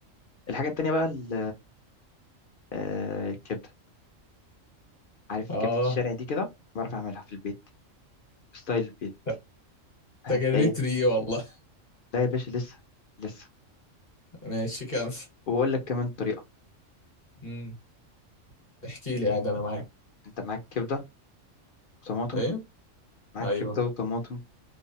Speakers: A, on the left; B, on the left.
A: الحاجة التانية بقى ال- آه، الكبدة عارف
B: اه
A: كبدة الشارع دي كده بعرف أعملها في البيت بستايل البيت
B: ت-
A: هتلاقيها
B: تجريت ري والله
A: لا يا باشا لسه لسه
B: <laughs> ماشي كمل
A: وبقول لك كمان طريقة
B: مم. احكي لي عاد انا معاك
A: أنت معاك كبدة وطماطم
B: ايه
A: معاك
B: ايوه
A: كبدة وطماطم